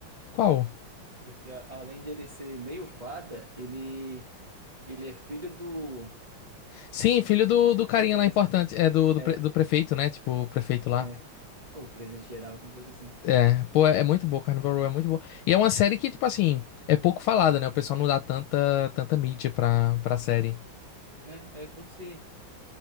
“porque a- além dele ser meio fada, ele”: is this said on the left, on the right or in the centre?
Right